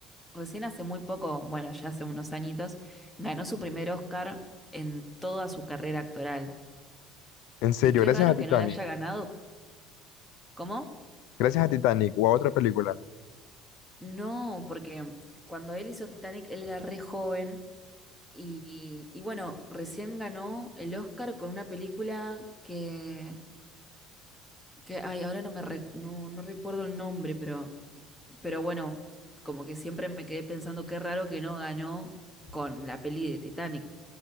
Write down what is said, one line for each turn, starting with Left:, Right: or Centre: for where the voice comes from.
Centre: recién hace muy poco, bueno, ya hace unos añitos, ganó su primer Oscar en toda su carrera actoral.
Left: En serio,
Centre: Y qué
Left: gracias
Centre: raro
Left: a Titanic,
Centre: que no le haya ganado. ¿Cómo?
Left: gracias a Titanic o a otra película.
Centre: No, porque cuando él hizo Titanic, él era re joven. Y, y bueno, recién ganó el Oscar con una película que, que ay, ahora no me re- no, no recuerdo el nombre, pero, pero bueno, como que siempre me quedé pensando qué raro que no ganó con la peli de Titanic.